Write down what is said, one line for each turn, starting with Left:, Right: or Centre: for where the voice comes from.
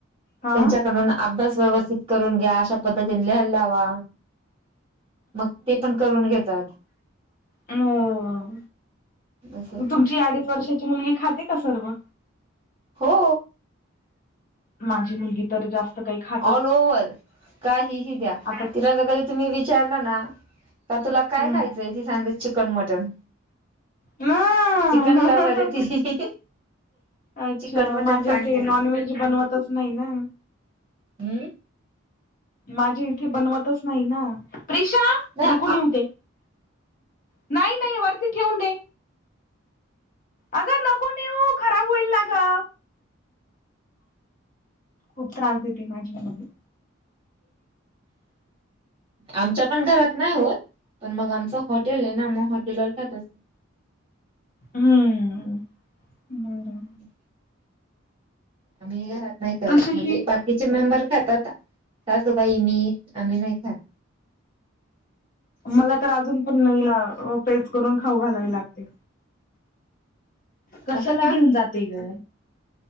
Left: हा
Right: त्यांच्याकडून अभ्यास व्यवस्थित करून घ्या अशा पद्धतीने लिहायला लावा. मग ते पण करून घेतात.
Left: हो,
Right: असं
Left: तुमची अडीच वर्षाची मुलगी खाते का सर्व?
Right: हो!
Left: माझी मुलगी तर जास्त काही खा
Right: ऑल ओवर्हर काहीही द्या
Left: आता
Right: तिला तर कधी तुम्ही विचारला ना तर तुला काय
Left: हम्म
Right: खायचंय ती सांगते चिकन मटन.
Left: ह
Right: चिकन लवर आहे ती.
Left: अच्छा
Right: चिकन मटन
Left: माझ्या
Right: सांगते
Left: इथे नॉन
Right: ती
Left: व्हेज बनवतच नाही ना!
Right: हम्म!
Left: माझे इथे बनवतच नाही ना ते, प्रिशा
Right: नाही
Left: नको नेऊ ते! नाही नाही वरती ठेवून दे. अगं नको नेऊ, खराब होईल ना ग! खूप त्रास देते माझी मुलगी.
Right: आमच्या पण घरात नाही होत, पण मग आमच हॉटेल आहे ना मग हॉटेलवर खातात.
Left: हम्म! बर
Right: हम् आम्ही घरात नाही करत
Left: तशी
Right: म्हणजे
Left: ही
Right: बाकीचे मेंबर खात आता सासू बाई मी आम्ही नाही खात.
Left: मला तर अजून पण पेज करून खाऊ घालावी लागते. कशाला
Right: असं का
Left: घेऊन जाते ग